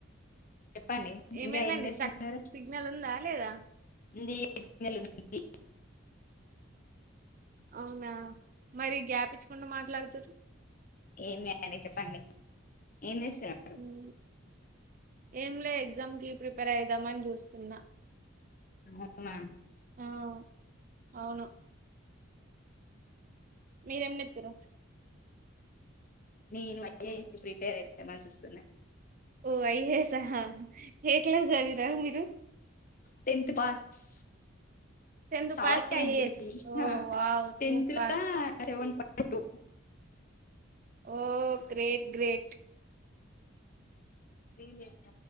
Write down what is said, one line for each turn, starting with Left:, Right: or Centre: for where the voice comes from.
Left: చెప్పండి
Right: ఏమైందండి
Left: ఇంకా ఏం చేస్తున్నారు
Right: స్టక్ సిగ్నల్ ఉందా లేదా
Left: ఇన్జీ నల్ ఉంది
Right: అవునా మరి గ్యాపించు మాట్లాతురు
Left: ఏమి లేదు అడి చెప్పండి ఏం చేసినారు
Right: మ్, ఏం లే ఎగ్జామ్కి ప్రిపేర్ అయిదామని చూస్తున్నా.
Left: ఎమునా
Right: హాఆ అవును మీరేం నెతురు
Left: నేను మకి ప్రిపేర్ అయితే మనంచిస్తున్నా.
Right: ఓ అఐహసా హా ఎ కలాజవిరా మీరు
Left: టెన్త్ పాస్
Right: టెన్త్
Left: సారీ
Right: పాస్ కి
Left: అంది
Right: ఐఏఎస్ ఓ
Left: హ్హ
Right: వావ్
Left: టెన్త్
Right: సూపర్
Left: లొ సవె ఏ టూ
Right: ఓహ్ గ్రేట్ గ్రేట్
Left: స్రీలేఖ